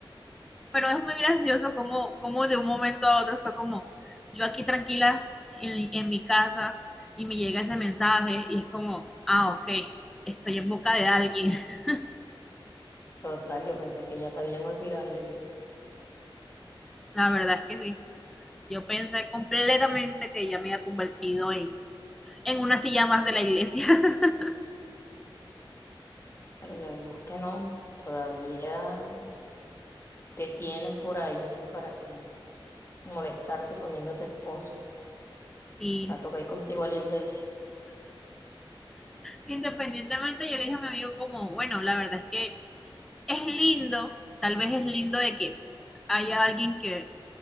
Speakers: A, in the centre; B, on the left.
A: pero es muy gracioso como, como de un momento a otro fue como, yo aquí tranquila en, en mi casa y me llega ese mensaje y es como, ah, ok, estoy en boca de alguien, <laughs>
B: Total, yo pensé que ya te habían olvidado en la iglesia,
A: la verdad es que sí. Yo pensé completamente que ella me había convertido en, en una silla más de la iglesia. <laughs>
B: pero ya vimos que no. Todavía te tienen por ahí para que molestarte poniéndote esposo.
A: Sí.
B: Va a tocar ir contigo a la iglesia.
A: Independientemente, yo le dije a mi amigo como, bueno, la verdad es que Es lindo, tal vez es lindo de que haya alguien que,